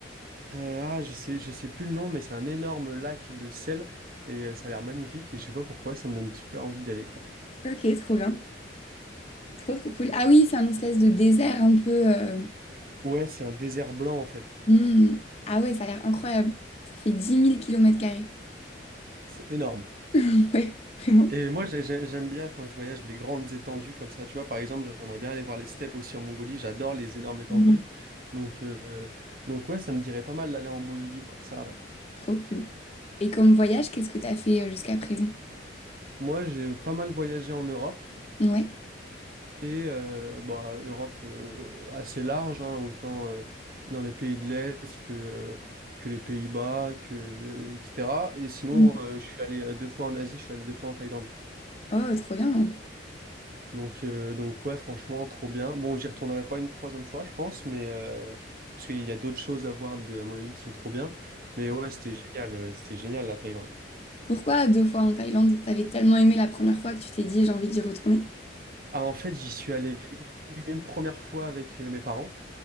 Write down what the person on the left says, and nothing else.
Ok, trop bien. Trop, trop cool. Ah oui, c'est un espèce de désert un peu... euh,
hmm. Ah ouais, ça a l'air incroyable. Ça fait dix mille kilomètres carrés.
<laughs> Ouais, vraiment.
Mm.
Trop cool. Et comme voyage, qu'est-ce que t'as fait euh, jusqu'à présent?
Ouais.
Mm.
Oh, trop bien.
Pourquoi deux fois en Thaïlande? T'avais tellement aimé la première fois que tu t'es dit j'ai envie d'y retourner.